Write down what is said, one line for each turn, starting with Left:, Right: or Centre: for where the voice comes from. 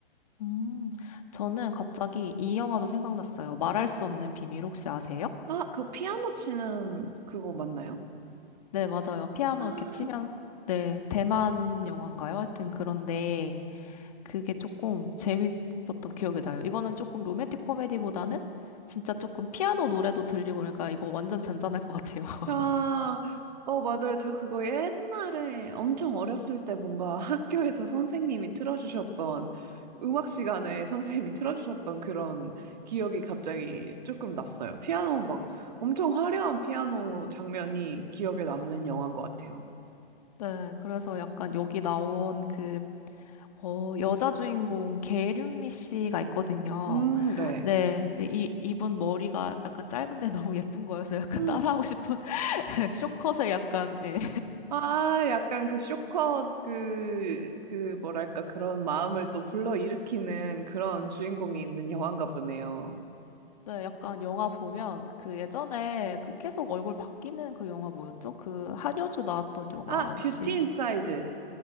Left: 음, 저는 갑자기 이 영화도 생각났어요. 말할 수 없는 비밀 혹시 아세요?
Right: 아, 그 피아노 치는 그거 맞나요?
Left: 네, 맞아요. 피아노
Right: 아,
Left: 이렇게 치면, 네, 대만 영화인가요? 하여튼 그런데, 그게 조금 재밌었던 기억이 나요. 이거는 조금 로맨틱 코미디보다는 진짜 조금 피아노 노래도 들리고 그러니까 이거 완전 잔잔할 것 같아요. <laughs>
Right: 아, 어, 맞아요. 저 그거 옛날에 엄청 어렸을 때 뭔가 <laughs> 학교에서 선생님이 틀어주셨던 음악 시간에 선생님이 틀어주셨던 그런 기억이 갑자기 조금 났어요. 피아노 막 엄청 화려한 피아노 장면이 기억에 남는 영화인 것 같아요.
Left: 네, 그래서 약간 여기 나온 그, 어, 여자 주인공 계륜미 씨가 있거든요.
Right: 음, 네.
Left: 네, 네, 이, 이분 머리가 약간 짧은데 <laughs> 너무 예쁜 거여서 약간
Right: 음,
Left: 따라하고 싶은 <laughs> 쇼컷에 약간, 예.
Right: 아, 약간 그 쇼컷 그, 그 뭐랄까 그런 마음을 또 불러일으키는 그런 주인공이 있는 영화인가 보네요.
Left: 네, 약간 영화 보면 그 예전에 그 계속 얼굴 바뀌는 그 영화 뭐였죠? 그 한효주 나왔던 영화
Right: 아,
Left: 혹시
Right: 뷰티 인사이드.